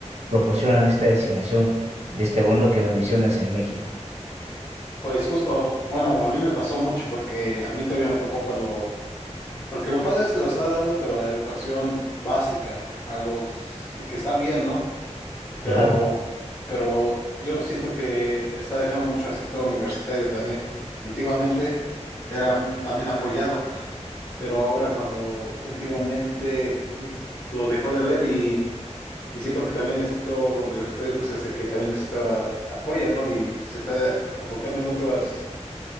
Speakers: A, on the right; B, on the left.
A: proporcionan esta designación de este bono que me mencionas en México?
B: pues justo, bueno, a mí me pasó mucho porque a mí todavía me tocó cuando Porque lo padre es que lo está dando, pero a la educación básica, a los, y que está bien, ¿no? Pero,
A: Claro.
B: pero yo siento que está dejando mucho al sector universitario también. Antiguamente era también apoyado, pero ahora cuando últimamente lo dejó de ver y, y siento que también el sector universitario pues ese que también necesitaba apoyo, ¿no? Y se está enfocando en otras,